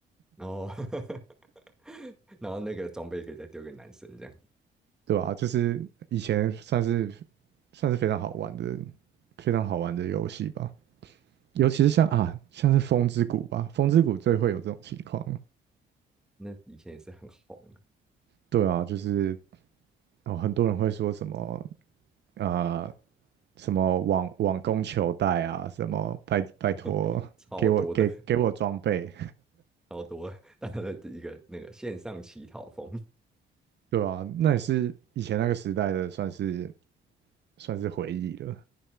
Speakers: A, in the centre; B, on the right (about 60°).
A: 然后 <laughs> 然后那个装备可以再丢给男生这样。
B: <laughs> 对吧、就是以前算是算是非常好玩的，非常好玩的游戏吧。尤其是像啊，像是风之谷吧，风之谷最会有这种情况。
A: 那以前也是很红的，
B: 对啊，就是哦，很多人会说什么啊，什么网网工求带啊，什么拜拜托给我给给我装备，
A: <laughs> 超多的，超多的大家的一个那个线上乞讨风。
B: 对啊，那也是以前那个时代的，算是算是回忆了，